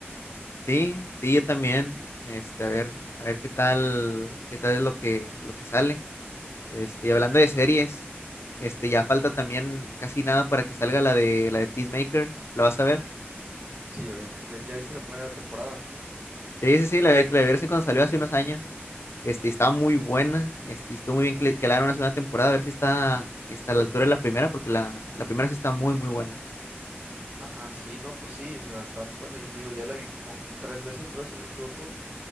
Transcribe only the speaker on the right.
Sí, obviamente. ¿Ya viste la primera temporada?
Ajá, sí, no, pues sí, o sea, está muy buena y te digo, ya la vi como tres veces, creo, si no me equivoco,